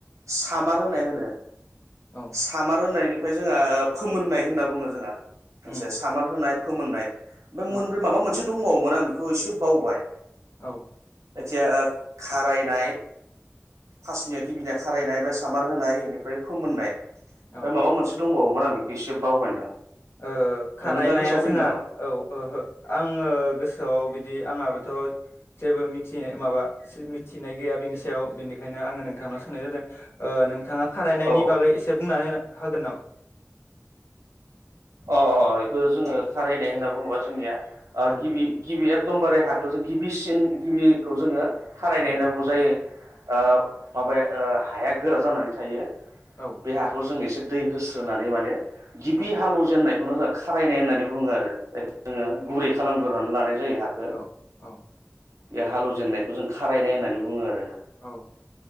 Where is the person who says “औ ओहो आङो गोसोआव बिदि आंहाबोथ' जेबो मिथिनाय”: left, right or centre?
Left